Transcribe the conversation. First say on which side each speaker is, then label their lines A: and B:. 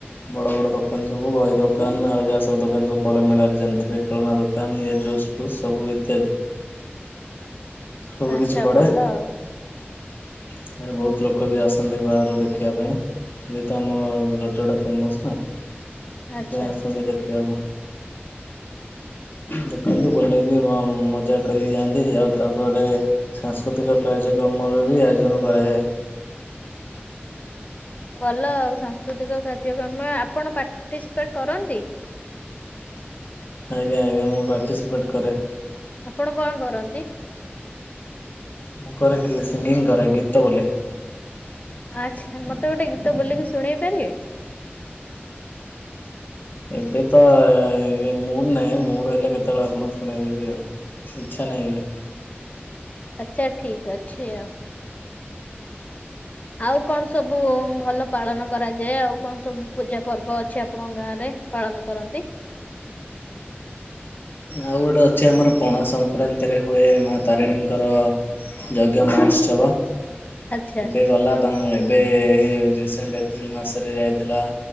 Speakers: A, on the left; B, on the left.
A: ବଡ ବଡ ଦୋକାନ ସବୁ ବହି ଦୋକାନ ଆଉ ଯାହା ସବୁ ଦୋକାନ ସବୁ ପଡେ ମେଳାରେ ଜାଣିଥିବେ ଖେଳନା ଦୋ କାନ ଇଏ ଜୁସଫୁସ ସବୁ ଇତ୍ୟାଦି ସବୁ
B: ଆଚ୍ଛା
A: କିଛି ପଡ଼େ
B: ଭଲ ଆଉ।
A: ଏଠାରେ ବହୁତ ଲୋକ ବି ଆସନ୍ତି ବାହାରୁ ଦେଖିବା ପାଇଁ। ଯେହେତୁ ଆମ ରଜଟା ଫେମସ ନା ସେଥିପାଇଁ
B: ଆଚ୍ଛା।
A: ଆସନ୍ତି ଦେଖିବାକୁ।
B: <inaudible>
A: ଦେଖନ୍ତି ଭଲକି ମଜା କରିକି ଯାଆନ୍ତି ଆଉ ତାପରେ ସାଂସ୍କୃତିକ କାର୍ଯ୍ୟକ୍ରମର ବି ଆୟୋଜନ କରାଯାଏ।
B: ଭଲ ଆଉ ସାଂସ୍କୃତିକ କାର୍ଯ୍ୟକ୍ରମ ଆପଣ ପାର୍ଟିସିପେଟ କରନ୍ତି?
A: ଆଜ୍ଞା ଆଜ୍ଞା ମୁଁ ପାର୍ଟିସିପେଟ୍ କରେ।
B: ଆପଣ କଣ କରନ୍ତି?
A: ମୁଁ କରେ କି ସିଙ୍ଗିଙ୍ଗ କରେ ଗୀତ ବୋଲେ।
B: ଆଚ୍ଛା ମତେ ଗୋଟେ ଗୀତ ବୋଲିକି ଶୁଣେଇ ପାରିବେ?
A: ଏବେ ତ ମୁଡ ନାହିଁ ମୁଡ ହେଲେ କେତେବେଳେ ଆପଣ ଶୁଣେଇଦେବି ଆଉ। ଇଛା ନାହିଁ ଏବେ।
B: ଆଚ୍ଛା ଠିକ ଅଛି ଆଉ। ଆଉ କଣ ସବୁ ଭଲ ପାଳନ କରାଯାଏ ଆଉ କଣ ସବୁ ପୂଜା ପର୍ବ ଅଛି ଆପଣଙ୍କ ଗାଁ ରେ? ପାଳନ କରନ୍ତି।
A: ଆଉ ଗୋଟେ ଅଛି ଆମର ପଣା ସଂକ୍ରାନ୍ତିରେ ହୁଏ ମାଆ ତାରିଣୀଙ୍କର ଯଜ୍ଞ ମହୋତ୍ସବ
B: ଆଚ୍ଛା
A: ଏବେ ଗଲା। ଏବେ ରିସେଣ୍ଟ ଏପ୍ରିଲ ମାସରେ ଯାଇଥିଲା